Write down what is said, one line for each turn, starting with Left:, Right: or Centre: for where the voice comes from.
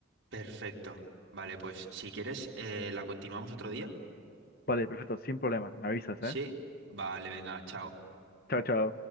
Right: perfecto. Vale, pues si quieres, eh, la continuamos otro día.
Left: Vale, perfecto, sin problema. Me avisas,
Right: Sí,
Left: ¿eh?
Right: vale, venga, chao.
Left: Chao, chao.